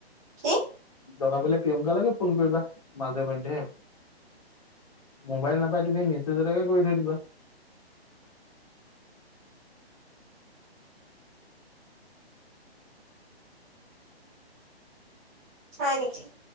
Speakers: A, on the right (about 15°); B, on the left (about 35°).
A: কি?
B: দৰকাৰ পৰিলে প্ৰিয়ংকালৈকে ফোন কৰিবা মাজে মধ্যে। মোবাইল নাপাই তুমি মেছেজ এটাকে কৰি থৈ দিবা।
A: হয় নেকি?